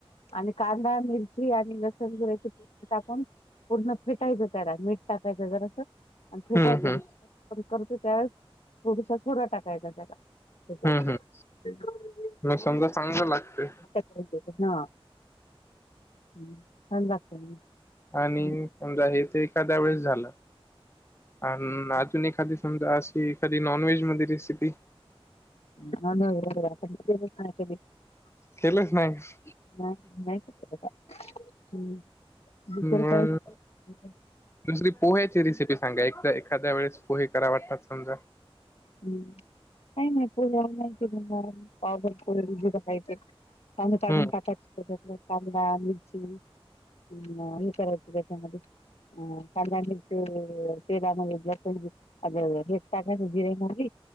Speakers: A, on the left; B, on the left.
A: आणि कांदा, मिरची आणि लसण जिऱ्याचं पेस्ट टाकून पूर्ण फिटायचं त्यारा मीठ टाकायचं जरासं आणि
B: हम्म
A: फेटायचं
B: हम्म
A: <unintelligible> करतो त्यावेळेस थोडसा सोडा टाकायचा त्याला. तसं आणि
B: हम्म
A: हम्म
B: मग समजा चांगलं लागते
A: आता हा हम्म छान लागतं मग
B: आणि
A: हम्म.
B: समजा येथे एखाद्या वेळेस झाला आन अजून एखादी समजा असं ती एखादी नॉन व्हेज मध्ये रेसिपी
A: <inaudible>
B: केलंच नाहीस
A: नाही नाही तसं तर काय, हम्म दुसर
B: मग
A: काय हे पण
B: दुसरी पोह्याची रेसिपी सांगा एकदा एखाद्या वळेस पोहे करा वाटतात समजा
A: हम्म काय नई पुण्यावर हाय ती म्हणणार पाव भरपूर करायचे पाव काढून
B: हम्म
A: टाकायचे त्याज्यातल पाहून आणि चिमणी आणि हे करायच त्याच्यामध्ये कांदा आणि ते तेलामध्ये हे असते की ते टाकायचं जिरे मोहरी